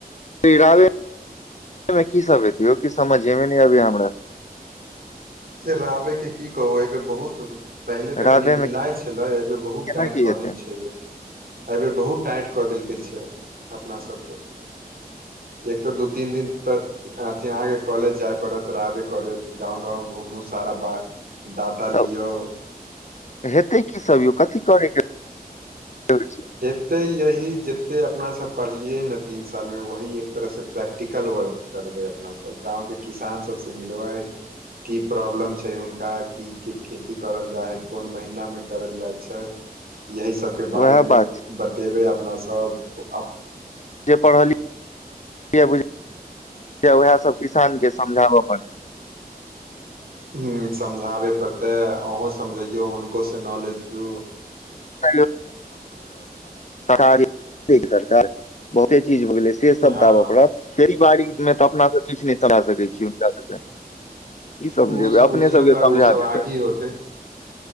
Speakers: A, on the left (about 45°); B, on the right (about 65°).
A: गीराबै एमे की सब हेतय यौ कीछ समझे मे नै आबय मैं हमरा।
B: फेर आबय के की कहू ए बेर बहुत पहिले तऽ
A: रावेमे
B: कनि ढिलाइ छलै ए बेर बहुत
A: केना
B: टाइट
A: की
B: कऽ
A: हेतै
B: देने छै यै। ए बेर बहुत टाइट कऽ देलकै छै अपना सबके एक तै दू-तीन दिन तक अथी अहाँ के कॉलेज जाय परत रहबे करे गांव-गांव घुमु सारा बा डाटा
A: तऽ
B: लियो।
A: हेतै की सब यौ, कथी करय के रहय छै।
B: हेतय यही जते अपना सब पढ़लियै नै तीन साल मे वही एक तरह से प्रैक्टिकल वर्क। करबै अपना सब गाँव के किसान सब से मिलबै। की प्रॉब्लम छै हुनका की-की खेती करल जाय हय, कोन महीना मे करल जाए छै। यही सबके बारेमे
A: उएह बात छै
B: बतेबै अपना सब अ उ
A: जे पढ़लिय जे बुझ किये उएह सब किसान के समझाबे पड़तै।
B: हूॅं, समझाबय पड़तै अहूँ समझैयौ हुनकोसे नॉलेज लू
A: स सरकार बहुते चीज हो गेलै। <unintelligible> से सब
B: हँ
A: तऽ आबय पड़त खेती बाड़ी मे तऽ अपनासे किछ नै चढ़ा सकै छी हुनका सबके की समझेबै
B: उस
A: अपने
B: उसमे
A: सबके
B: तऽ
A: समझा
B: ओ सब
A: देतै
B: आगहि होते।